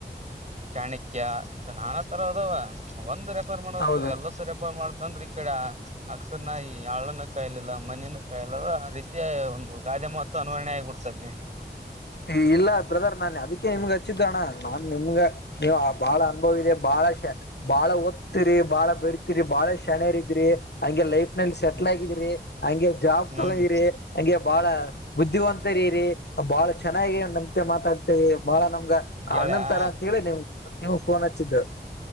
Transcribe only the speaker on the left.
ಹೌದು
ಎ ಇಲ್ಲ ಬ್ರದರ್ ನಾನ್ ಅದಕ್ಕೆ ನಿಮ್ಗ ಚಿತ್ರಣ ನಾನ್ ನಿಮ್ಗ ನೀ ಬಾಳ ಅನುಭವ ಇದೆ ಬಾಳ ಬಾಳ ಒತ್ತಿರಿ ಬಾಳ. ಇರ್ತೀರಿ ಬಾಳ ಶಣೇರಿದ್ರಿ. ಹಂಗೆ ಲೈಫ್ ನಲ್ಲಿ
ಸೆಟ್ಲ್ ಆಗಿದಿರಿ ಹಂಗೆ ಜಾಬ್
ತಗೊಂಡಿರಿ ಹಂಗೆ. ಬಹಳ ಬುದ್ಧಿವಂತರಿರಿ ಬಳಾ ಚೆನ್ನಾಗಿ <unintelligible> ಬಹಳ ನಮ್ಗ
ಅಣ್ಣನ್ತರ ಅಂತ ಹೇಳಿ ನಿಮ್ ನಿಮಗ್ ಫೋನ್ ಹಚ್ಚಿದ್ -